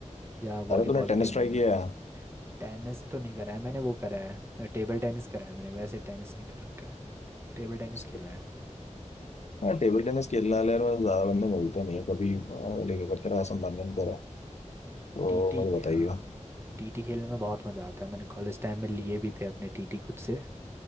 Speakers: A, on the right; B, on the left.
A: या
B: अरे
A: वॉलीबॉल
B: तूने टेनिस
A: खेल
B: ट्राई
A: लिया
B: किया
A: टेनिस तो नहीं करा है मैंने वो करा है टेबल टेनिस करा है मैंने वैसे टेनिस नहीं कर रखा है टेबल टेनिस
B: है
A: खेला है
B: हाँ टेबल टेनिस खेलने वाले यार मैं ज्यादा बंदे मिलते नहीं है कभी हाँ, लेकर करते रहा संबंधन करा तो
A: टीटी
B: मुझे बताइए
A: हाँ टीटी खेलने में बहुत मज़ा आता है मैंने कॉलेज टाइम में लिए भी थे अपने टीटी खुद से